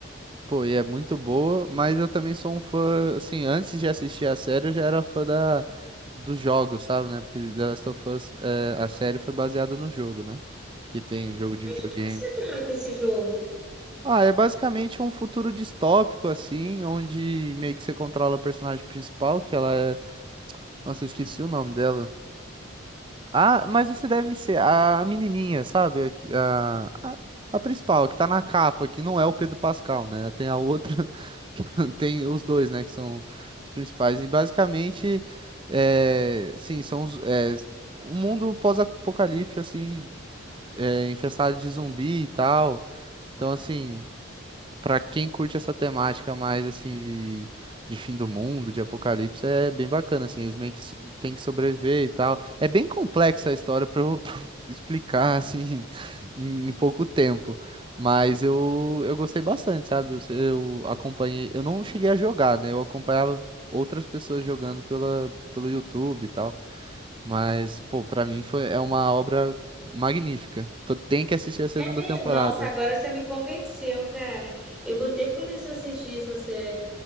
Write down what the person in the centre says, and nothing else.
Mas
de que que se trata esse jogo?
É mesmo?
Nossa, agora você me convenceu, cara. Eu vou ter que começar a assistir essa série.